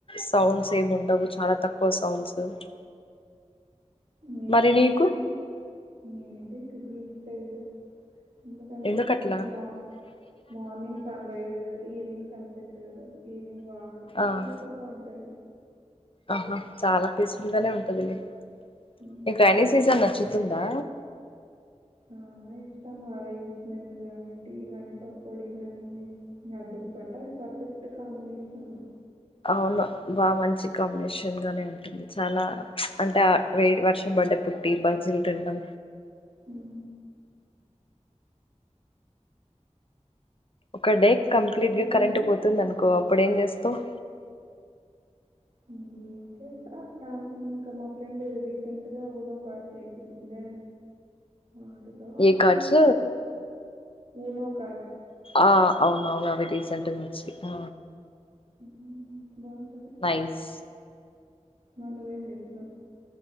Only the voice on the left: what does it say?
సౌండ్స్ ఏం ఉండవు చాలా తక్కువ సౌండ్ సౌండ్స్
మరి నీకు
ఎందుకట్లా
ఆ
ఆహా చాలా పీస్ఫుల్ గానే ఉంటది నీకు
రైనీ సీసన్ నచ్చుతు తుందా
అవును బా మంచి కాంబినేషన్ గానే ఉంటుంది చాలా అంటే వెడ్ వర్షం బడ ప్పుడు టీ బజ్జీ తినడం
ఒక డే కంప్లీట్
గా కరెంట్ పోతుంది అనుకో అప్పుడు ఏం చేస్తావ్
ఏ కార్డ్స్
ఆ అవున అవును అవి రీసెంట్గా వచ్చి ఆ
నైస్